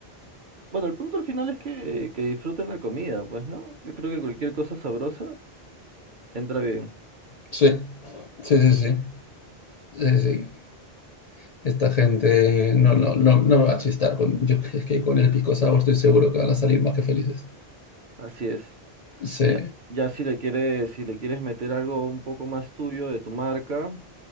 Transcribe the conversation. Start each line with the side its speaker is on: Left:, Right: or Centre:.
Right: Bueno, el punto al final es que, que disfruten la comida, pues, ¿no? Yo creo que cualquier cosa sabrosa entra bien.
Left: Sí, sí, sí, sí. Sí, sí. Esta gente no, no, no, no me va a chistar. Con, yo, es que con el pisco sour estoy seguro que van a salir más que felices.
Right: Así es.
Left: Sí.
Right: Ya, ya si le quieres, si le quieres meter algo un poco más tuyo de tu marca,